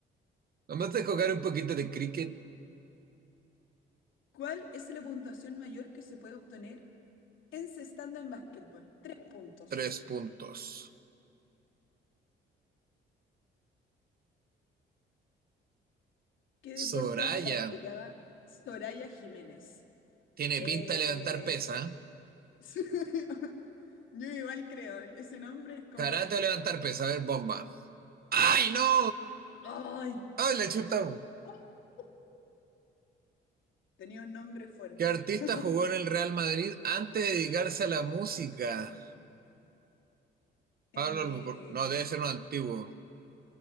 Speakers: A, on the right; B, on the left.
A: Nomás de jugar un poquito de cricket,
B: ¿Cuál es la puntuación mayor que se puede obtener encestando en básquetbol? Tres puntos.
A: tres puntos.
B: ¿Qué deporte
A: Soraya.
B: practicaba Soraya Jiménez?
A: Tiene
B: Eh,
A: pinta de levantar pesa.
B: <laughs> Yo igual creo, ese nombre es como
A: Karate
B: de...
A: o levantar pesa. A ver, bomba. ¡Ay, no!
B: ¡Ay!
A: ¡Ay, la chuta!
B: ¡Oh! Tenía un nombre fuerte.
A: ¿Qué artista
B: <laughs>
A: jugó en el Real Madrid antes de dedicarse a la música?
B: Eh,
A: Pablo... Albornoz. No, debe ser un antiguo.